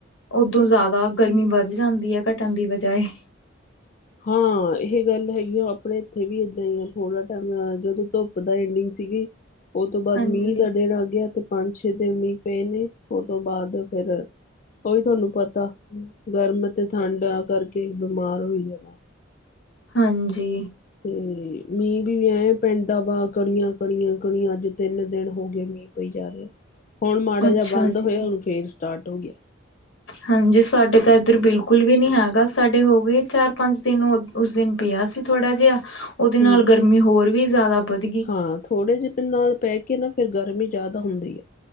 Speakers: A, on the left (about 85°); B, on the left (about 40°).
A: ਓਦੋਂ ਜ਼ਿਆਦਾ ਗਰਮੀ ਵੱਧ ਜਾਂਦੀ ਹੈ ਘਟਣ ਦੀ ਬਜਾਏ।
B: ਹਾਂ, ਇਹ ਗੱਲ ਹੈਗੀ ਆ ਆਪਣੇ ਇੱਥੇ ਵੀ ਏਦਾਂ ਹੀ ਆ ਥੋੜਾ ਟਾਈਮ ਜਦੋਂ ਧੋਪ ਐਡਿਗ ਸੀਗੀ, ਉਹ ਤੋਂ ਬਾਅਦ
A: ਹਾਂਜੀ
B: ਮੀਂਹ ਦਾ ਦਿਨ ਆ ਗਿਆ ਤੇ ਪੰਜ ਛੇ ਦਿਨ ਮੀਂਹ ਪਏ ਨੇ ਉਹ ਤੋਂ ਬਾਅਦ ਫਿਰ। ਉਹੀ ਤੁਹਾਨੂੰ ਪਤਾ, ਗਰਮ ਅਤੇ ਠੰਡ ਆ ਕਰਕੇ ਬਿਮਾਰ ਹੋਈ ਜਾਂਦਾ।
A: ਹਾਂਜੀ।
B: ਤੇ ਮੀਂਹ ਵੀ ਐ ਪੈਦਾ ਵਾ ਕਣੀਆਂ ਕੜੀਆਂ ਕਣੀਆਂ ਅੱਜ ਤਿੰਨ ਦਿਨ ਹੋ ਗਏ ਮੀਂਹ ਹੋਈ ਜਾ ਰਿਹਾ ਹੁਣ ਮਾੜਾ
A: ਅੱਛਾ
B: ਜਿਹਾ ਬੰਦ ਹੋਇਆ
A: ਜੀ
B: ਹੁੰਨ ਫੇਰ ਸਟਾਰਟ ਹੋ ਗਿਆ।
A: ਹਾਂਜੀ ਸਾਡੇ ਤਾਂ ਇੱਧਰ ਬਿਲਕੁਲ ਵੀ ਨਹੀਂ ਹੈਗਾ, ਸਾਡੇ ਹੋ ਗਏ ਚਾਰ ਪੰਜ ਦਿਨ ਉਸ ਦਿਨ ਪਿਆ ਸੀ ਥੋੜਾ ਜਿਹਾ, ਉਹਦੇ ਨਾਲ
B: ਹੂੰ
A: ਗਰਮੀ ਹੋਰ ਵੀ ਜ਼ਿਆਦਾ ਵਧਗੀ
B: ਹਾਂ, ਥੋੜ੍ਹੇ ਜਿਹੇ ਨਾਲ ਪਹਿ ਕੇ ਨਾ ਫਿਰ ਗਰਮੀ ਜ਼ਿਆਦਾ ਹੁੰਦੀ ਆ।